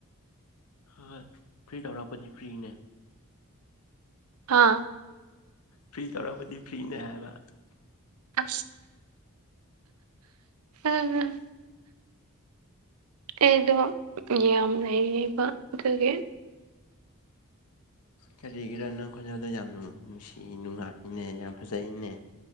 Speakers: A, on the left; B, on the right.
A: ꯍꯣꯏ-ꯍꯣꯏ ꯐ꯭ꯔꯤ ꯇꯧꯔꯛꯄꯗꯤ ꯐ꯭ꯔꯤꯅꯦ
B: ꯍꯥꯥ
A: ꯐ꯭ꯔꯤ ꯇꯧꯔꯛꯄꯗꯤ ꯐ꯭ꯔꯤꯅꯦ ꯍꯥꯏꯕ
B: ꯑ ꯎꯝ ꯑꯩꯗꯣ ꯌꯥꯝ ꯂꯩꯕꯗꯨꯗꯒꯤ
A: ꯀꯔꯤꯒꯤꯔꯣ ꯅꯪ ꯈꯣꯟꯖꯦꯜꯗ ꯌꯥꯝ ꯅꯨꯡꯁꯤ ꯅꯨꯡꯉꯥꯏꯏꯅꯦ ꯌꯥꯝ ꯐꯖꯩꯅꯦ